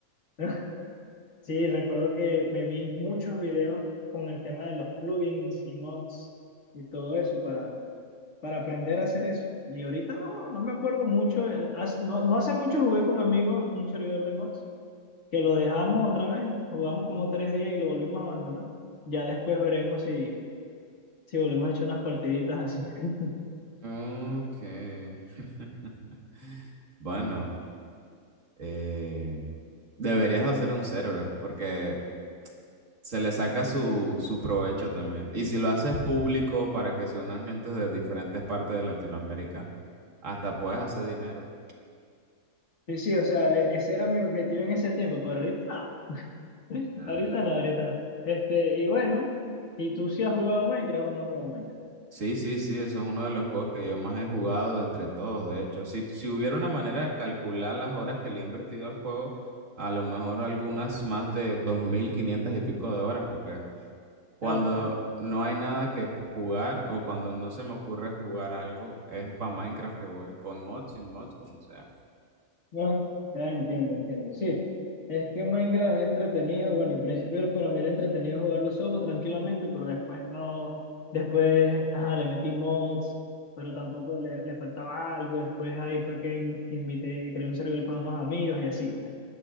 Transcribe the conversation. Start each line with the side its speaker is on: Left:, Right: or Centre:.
Left: <laughs> Sí, recuerdo que me vi muchos videos con el tema de los plugins y mods y todo eso para, para aprender a hacer eso. Y ahorita no, no me acuerdo mucho. eh, hace- No, no hace mucho jugué con amigos un servidor de mods que lo dejamos otra vez, jugamos como tres días y lo volvimos a abandonar. Ya después veremos si, si volvemos a echar unas partiditas así. <laughs>
Right: Ok. <laughs> Bueno, eh, deberías de hacer un server, porque Se le saca su, su provecho también. Y si lo haces público para que se unan gentes de diferentes partes de Latinoamérica, hasta puedes hacer dinero.
Left: Sí, sí, o sea, e- ese era mi objetivo en ese tiempo, pero ahorita no, <laughs>
Right: Ah.
Left: ahorita no, ahorita no. Este, y bueno, ¿y tú sí has jugado Minecraft o no has jugado Minecraft?
Right: Sí, sí, sí, eso es uno de los juegos que yo más he jugado de entre todos, de hecho. Si, si hubiera una manera de calcular las horas que le he invertido al juego, a lo mejor algunas más de 2.500 y pico de horas, porque cuando
Left: Claro, ¿no?
Right: no hay nada que jugar o cuando no se me ocurre jugar algo, es para Minecraft que voy, con mods, sin mods, como sea.
Left: No, ya entiendo, entiendo. Sí, es que Minecraft es entretenido. Bueno, en principio para mí era entretenido jugarlo solo, tranquilamente, pero después no. Después, ajá, le metí mods, pero tampoco le, le faltaba algo. Después ahí fue que in- invité, creé un servidor para unos amigos y así. pues.